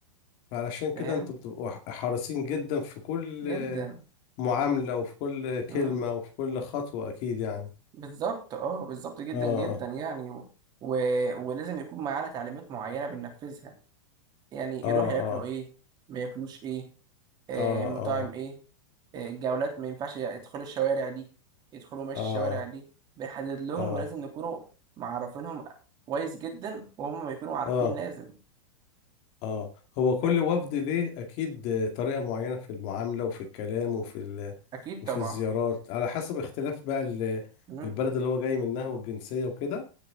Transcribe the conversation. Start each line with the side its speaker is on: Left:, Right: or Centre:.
Left: فعلشان كده
Right: فاهم
Left: انتوا بتبقوا ح- حريصين جدا في كل
Right: جدا
Left: معاملة وفي كل كلمة
Right: مم.
Left: وفي كل خطوة اكيد يعني
Right: بالظبط اه بالظبط جدا
Left: اه
Right: جدا يعني و... و... ولازم يكون معانا تعليمات معينة بننفذها يعني
Left: اه
Right: يروح ياكلوا
Left: اه
Right: ايه ما ياكلوش ايه آه
Left: اه
Right: مطاعم ايه آه الجولات ما ينفعش يدخلوا الشوارع دي يدخلوا ماشي
Left: اه
Right: الشوارع
Left: اه
Right: دي بنحدد لهم
Left: اه
Right: ولازم نكونوا معرفينهم كويس جدا وهم ما يكونوا عارفين
Left: اه
Right: لازم
Left: اه هو
Right: لا
Left: كل وفد ليه اكيد طريقة معينة في المعاملة وفي الكلام وفي ال...
Right: اكيد
Left: وفي
Right: طبعا
Left: الزيارات على حسب اختلاف بقى ال-
Right: مم.
Left: البلد اللي هو جاي منها والجنسية وكده